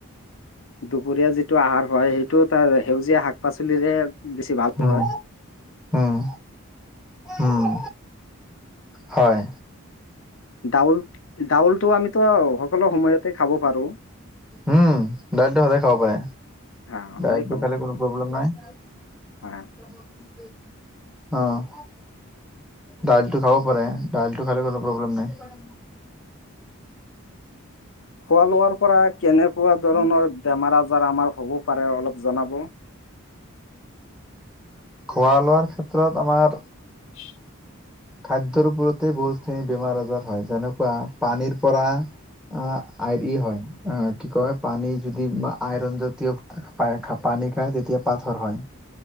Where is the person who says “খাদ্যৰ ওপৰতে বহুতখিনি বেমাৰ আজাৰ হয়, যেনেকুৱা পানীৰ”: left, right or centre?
Centre